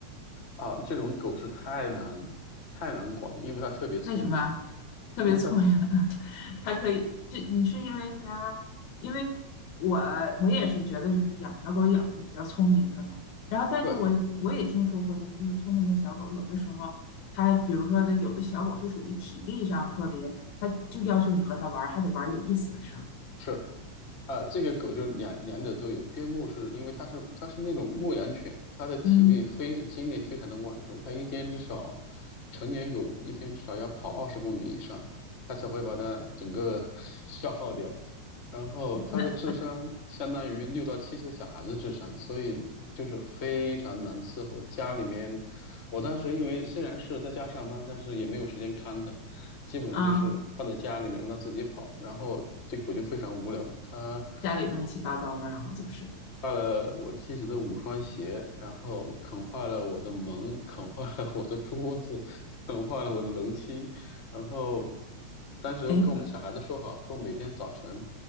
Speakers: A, on the left; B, on the left.
A: 啊，这种狗是太难太难管了，因为它特别聪明，
B: 为什么啊特别聪明啊？
A: 因为它太
B: <laughs> 它可以，这你是因为它，因为我我也是觉得，就是养小狗养一个比较聪明的嘛。然后，但是我我也听说过，
A: 对
B: 就是这个聪明的小狗，有的时候它，比如说的，有的小狗是属于体力上特别，它就要求你和它玩儿，还得玩儿有意思的事儿
A: 是。啊，这个狗就两两者都有。边牧是因为它是它是那种牧羊犬，它的体力非常精力非常的旺盛，
B: 嗯，
A: 它一天至少成年狗一天至少要跑二十公里以上，它才会把它整个 <laughs> 消耗掉。然后它的智商相当于六到七岁小孩子智商，
B: 那
A: 所以就是非常难伺候。家里面，我当时因为虽然是在家上班，但是也没有时间看它，基本上就是放在家里面让它自己跑，
B: 啊，
A: 然后这狗就非常无聊，它。
B: 家里乱七八糟的，然后就是，
A: 坏了我妻子的五双鞋，然后啃坏了我的门，啃坏了我的桌子，啃坏了我的楼梯。然后当时又跟我们小孩子说好，
B: 哎，
A: 说每天早晨